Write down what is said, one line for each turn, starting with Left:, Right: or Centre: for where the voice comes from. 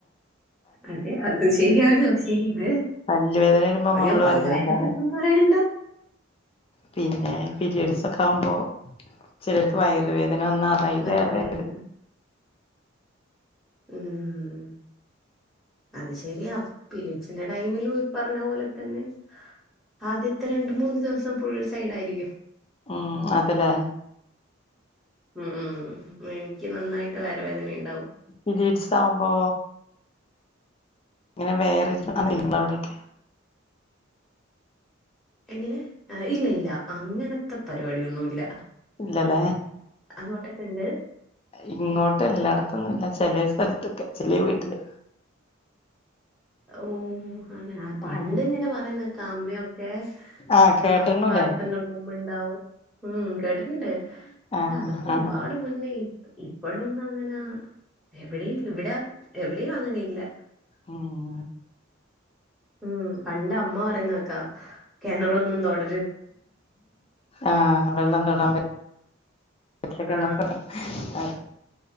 Centre: അതെ അതുംശെരിയാണ് പക്ഷേഇത്
Left: പല്ല് വേദന വരുമ്പോ
Centre: അയ്യോപല്ല്
Left: നമ്മള് പറയും
Centre: വേദനയൊന്നും
Left: അതാണ്
Centre: പറയണ്ട
Left: പിന്നെ പിരിയഡ്സൊക്കാവുമ്പോ ചെലർക്ക് വയറുവേദനവെന്ന അതയ്ലേറേ
Centre: വയറുവേദന ഉം അത്ശരിയാ പിരയഡ്സിന്റെടൈമിലും ഇപ്പറഞ്ഞപോലെ തന്നെ ആദ്യത്തെ രണ്ട്മൂന്ന് ദിവസം ഫുൾ സൈഡായിരിക്കും
Left: ഉം അത് ലേ
Centre: ഉം എനിക്ക് നന്നായിട്ട് വയർ വേദന ഉണ്ടാവും
Left: പിരീഡ്‌സ് ആവുമ്പോ ഇങ്ങനെ വേറെ ഇരിക്കൽ ഉണ്ടോ ഇങ്ങളെ അവിടെക്കെ
Centre: എങ്ങനെ ഇല്ല ഇല്ല അങ്ങനത്തെ പരിപാടിയൊന്നുല്ല
Left: ഇല്ലലേ
Centre: അങ്ങോട്ടൊക്കെണ്ട്
Left: ഇങ്ങോട്ട് എല്ലായിടത്തൊന്നും ഇല്ല ചെലേ സ്ഥലത്തൊക്കെ ചെലെ വീട്ടില്
Centre: ഓഹ് അങ്ങനെ പണ്ടിങ്ങനെ
Left: ഉം
Centre: പറയുന്നക്കെ അമ്മയൊക്കെ
Left: ആഹ് കേട്ടണൂല്ലേ
Centre: ആ ബേറതന്നെ റൂമുണ്ടാവും ഉം കേട്ടിട്ടുണ്ട്
Left: ആഹ്
Centre: അതൊക്ക ഒരുപാട്
Left: ആഹ്
Centre: മുന്നേ ഇപ്പോഴൊന്നും അങ്ങന എവിടെ ഇല്ല ഇവടെ എവിടെയും അങ്ങനെയില്ല
Left: ഉം
Centre: ഉം പണ്ട് അമ്മ പറയുന്നെക്കാ കെണറൊന്നും തോട
Left: ആ വെള്ളം തൊടാം പ ഒറ്റക്കൊള്ളൂ
Centre: ആ
Left: <unintelligible> അത്